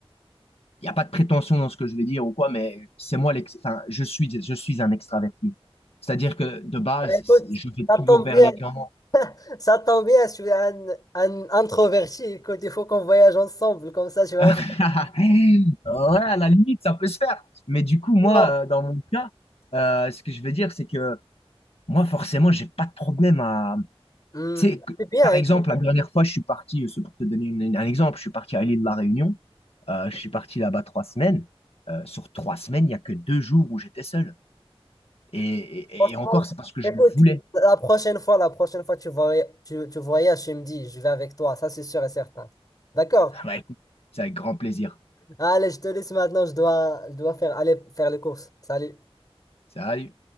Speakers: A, on the left; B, on the left.
A: il n'y a pas de prétention dans ce que je vais dire ou quoi, mais c'est moi l'ex. Enfin, je suis, je suis un extraverti. C'est-à-dire que de base,
B: Bah, écoute,
A: c'est- je vais
B: ça
A: toujours
B: tombe
A: vers
B: bien.
A: les gens.
B: Ça tombe bien, je suis un, un introverti. Écoute, il faut qu'on voyage ensemble, comme ça tu vas
A: <laughs>
B: me faire.
A: Ouais, à la limite, ça peut se faire. Mais du coup, moi,
B: Non.
A: euh, dans mon cas, euh, ce que je veux dire, c'est que moi, forcément, j'ai pas de problème à
B: Hmm.
A: Tu sais, que-
B: C'est bien,
A: par
B: écoute,
A: exemple, la dernière fois, je suis parti, euh, c'est pour te donner une- une- un exemple, je suis parti à l'île de la Réunion. Euh, je suis parti là-bas trois semaines. Euh, sur trois semaines, il n'y a que deux jours où j'étais seul. Et, et-
B: franchement,
A: et encore, c'est parce que je
B: écoute,
A: le voulais.
B: la prochaine fois, la prochaine fois tu voyages, tu, tu voyages, tu me dis, je vais avec toi, ça c'est sûr et certain. D'accord?
A: <laughs> Bah, écoute, c'est avec grand plaisir.
B: Allez, je te laisse maintenant, je dois, je dois faire, aller faire les courses. Salut.
A: Salut.